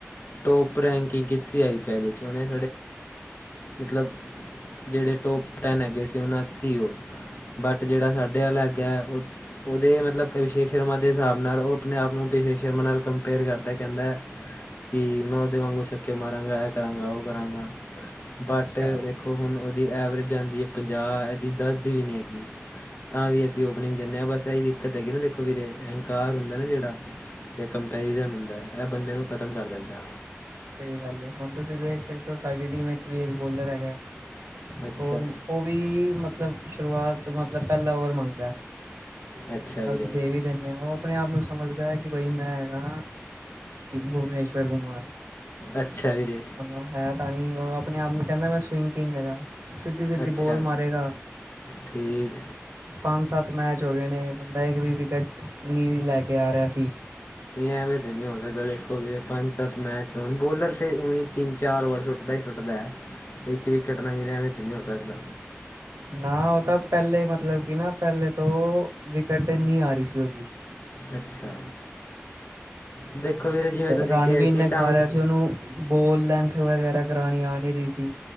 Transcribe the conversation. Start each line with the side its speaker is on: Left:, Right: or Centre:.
Left: ਟੋਪ ਰੈਂਕਿੰਗ ਕੀਤੀ ਸੀ ਆਈ ਪੀ ਐੱਲ ਹੁਣੇ। ਮਤਲਬ ਜਿਹੜੇ ਟੋਪ ਟੈਨ ਹੈਗੇ ਸੀ ਉਹਨਾਂ 'ਚ ਸੀ ਉਹ। ਬਟ ਜਿਹੜਾ ਸਾਡੇ ਵਾਲ ਹੈਗੈ। ਉਹਦੇ ਮਤਲਬ ਅਭਿਸ਼ੇਕ ਸ਼ਰਮਾ ਦੇ ਹਿਸਾਬ ਨਾਲ ਉਹ ਆਪਣੇ ਆਪ ਨੂੰ ਅਭਿਸ਼ੇਕ ਸ਼ਰਮਾ ਨਾਲ। ਪੇਅਰ ਕਰਦਾ ਕਹਿੰਦੈ। ਕਿ ਮੈਂ ਉਹਦੇ ਵਾਂਗੂ ਛੱਕੇ ਮਾਰਾਂਗਾ ਐ ਕਰਾਂਗਾ ਉਹ ਕਰਾਂਗਾ ਬਟ।
Right: ਅੱਛਾ
Left: ਹੁਣ ਉਹਦੀ ਐਵਰੇਜ ਜਾਂਦੀ ਹੈ ਪੰਜਾਹ ਇਹਦੀ ਦੱਸ ਦੀ ਵੀ ਨਹੀਂ ਹੈਗੀ। ਤਾਂ ਵੀ ਅਸੀਂ ਓਪਨਿੰਗ ਦਿੰਦੇ ਹਾਂ ਬਸ ਇਹੀ ਦਿੱਕਤ ਹੈਗੀ ਨਾ ਦੇਖੋ ਵੀਰੇ ਅਹੰਕਾਰ ਹੁੰਦਾ ਨਾ ਜਿਹੜਾ। ਇਹ ਕੰਪੈਰੀਜ਼ਨ ਹੁੰਦਾ ਐ ਬੰਦੇ ਨੂੰ ਖ਼ਤਮ ਕਰ ਦਿੰਦੈ।
Right: ਸਹੀ ਗੱਲ ਏ ਹੁਣ ਤੁਸੀਂ ਦੇਖ ਸਕਦੇ ਹੋ ਸਾਡੀ ਟੀਮ ਵਿੱਚ ਵੀ ਇੱਕ ਬੋਲਰ ਹੈਗੈ
Left: ਅੱਛਾ
Right: ਹੋਰ। ਉਹ ਵੀ ਮਤਲਬ ਸ਼ੁਰੂਆਤ ਮਤਲਬ ਪਹਿਲਾ ਓਵਰ ਮੰਗਦੈ।
Left: ਅੱਛਾ ਵੀਰੇ
Right: ਅਸੀਂ ਦੇ ਵੀ ਦਿੰਦੇ ਹਾਂ ਉਹ ਆਪਣੇ ਆਪ ਨੂੰ। ਸਮਝਦਾ ਹੈ ਕਿ ਬਈ ਮੈਂ ਹੈਗਾ ਭੁਵਨੇਸ਼ਵਰ ਕੁਮਾਰ।
Left: ਅੱਛਾ ਵੀਰੇ।
Right: ਮਤਲਬ ਹੈ ਤਾਂ ਨੀ ਉਹ ਆਪਣੇ ਆਪ ਨੂੰ ਕਹਿੰਦਾ ਮੈਂ ਸਵਿੰਗ ਕਿੰਗ ਹੈਗਾ ਸਿੱਧੀ -ਸਿੱਧੀ
Left: ਅੱਛਾ
Right: ਬੋਲ ਮਾਰੇਗਾ।
Left: ਠੀਕ।
Right: ਪੰਜ ਸੱਤ ਮੈਚ ਹੋ ਗਏ ਨੇ ਬੰਦਾ ਇੱਕ ਵੀ ਵਿਕਟ ਨਹੀਂ ਲੈ ਕੇ ਆ ਰਿਹਾ ਸੀ।
Left: ਐਵੇਂ ਤੇ ਨਹੀਂ ਹੋ ਸਕਦਾ ਦੇਖੋ ਵੀ ਪੰਜ ਸੱਤ ਮੈਚ ਹੋਣ ਬੋਲਰ ਤੇ ਉਂ ਤਿੰਨ ਚਾਰ ਓਵਰ ਸੁੱਟ। ਸਿੱਧਾ ਹੀ ਸੁੱਟਦਾ ਹੈ ਇੱਕ ਵੀਕਟ ਨ ਮਿਲਿਆ ਐਵੇਂ ਤਾਂ ਨਹੀਂ ਹੋ ਸਕਦਾ।
Right: ਨਾ ਉਹ ਤਾਂ ਪਹਿਲੇ ਮਤਲਬ ਕਿ ਨਾ ਪਹਿਲੇ ਤੋਂ ਵਿਕਟ ਇੰਨੀ ਆ ਰਹੀ ਸੀ ਉਹਦੀ।
Left: ਅੱਛਾ। ਦੇਖੋ ਵੀਰੇ ਜਿਵੇਂ ਤੁਸੀਂ
Right: ਰਾਣਵੀਰ
Left: ਕਿਹਾ ਕਿ
Right: ਨੇ ਖਾ
Left: ਡਾਊਨ
Right: ਰਿਹਾ ਸੀ ਉਹਨੂੰ। ਬੋਲ ਲੈਂਨਥ ਵਗੈਰਾ ਕਰਾਣੀ ਆ ਨਹੀਂ ਰਹੀ ਸੀ